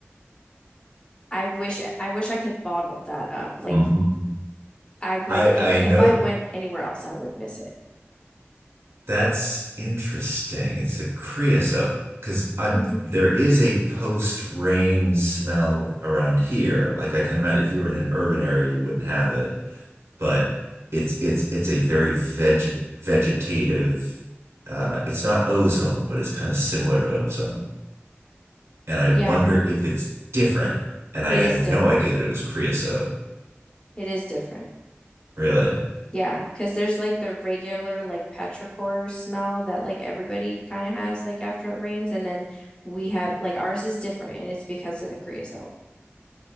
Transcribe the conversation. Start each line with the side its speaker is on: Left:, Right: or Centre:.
Left: I wish I wish I could bottle that up. Like
Right: hmm
Left: I would
Right: I
Left: if
Right: I know
Left: if I went anywhere else, I would miss it.
Right: that's interesting. It's a creosote because I'm
Left: hmm
Right: there is a post-rain smell around here. Like I can imagine if you were in an urban area, you wouldn't have it. but it's it's it's a very veg vegetative uh it's not ozone, but it's kind of similar to ozone. And I wonder
Left: Yeah,
Right: if it's different. And I
Left: it
Right: had
Left: is different.
Right: no idea that it was creosote.
Left: It is different.
Right: Really.
Left: Yeah, because there's like the regular like petrichor smell that like everybody kind of has like after it rains, and then we have like ours is different, and it's because of the creosote.